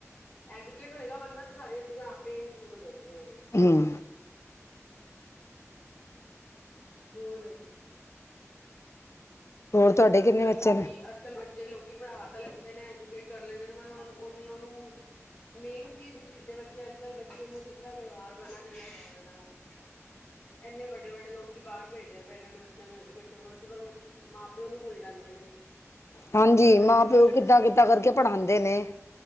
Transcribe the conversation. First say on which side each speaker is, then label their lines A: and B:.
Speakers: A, on the left; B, on the left.
A: ਐਜੂਕੇਟ ਹੋਏਗਾ ਬੰਦਾ ਤਾਂ ਸਾਰੀਆਂ ਚੀਜ਼ਾਂ ਆਪੇ ਇਨਕਲੂਡ ਹੋ ਜਾਣ ਗਿਆਂ। ਇਹ ਉਹਦੇ ਵਿੱਚ।
B: ਹੂੰ
A: ਹੋਰ ਦਸੋ।
B: ਹੋਰ ਤੁਹਾਡੇ
A: ਅੱਜ
B: ਕਿੰਨੇ
A: ਕੱਲ੍ਹ
B: ਬੱਚੇ
A: ਲੋਕੀ
B: ਨੇ
A: ਅੱਜ ਕੱਲ੍ਹ ਬਡੇ ਜੇ ਲੋਕੀ ਪੜ੍ਹਾ ਤਾਂ ਲੈਂਦੇ ਨੇ ਐਜੂਕੇਟ ਕਰ ਲੈਂਦੇ ਨੇ ਉਹਨਾ ਉਹਨਾਂ ਨੂੰ, ਮੇਨ ਚੀਜ਼ ਨਹੀ ਸਿੱਖਦੇ ਬੱਚੇ ਅੱਜ ਕੱਲ੍ਹ ਬੱਚਿਆ ਨੂੰ ਕਿਸ ਤਰ੍ਹਾਂ ਵਿਵਹਾਰ ਕਰਨਾ ਚਾਹੀਦਾ ਵੱਡਿਆ ਨਾਲ। ਇੱਨੇ ਵੱਡੇ ਵੱਡੇ ਲੋਕੀ ਬਾਹਰ ਪੇਜਦੇ ਜ ਇਹਨਾਂ ਨੇ ਬੱਚਿਆਂ ਨੂੰ ਐਜੂਕੇਟ ਕਰਨ ਵਾਸਤੇ ਪਰ ਉਹ ਮਾਂ ਪਿਓ ਨੂੰ ਭੁੱਲ ਜਾਂਦੇ ਨੇ।
B: ਹਾਂਜੀ
A: ਤਾਂ
B: ਮਾਂ
A: ਐਜੂਕੇਸ਼ਨ
B: ਪਿਓ ਕਿੱਦਾਂ ਕਿੱਦਾਂ ਕਰਕੇ ਪੜ੍ਹਾਉਦੇ ਨੇ।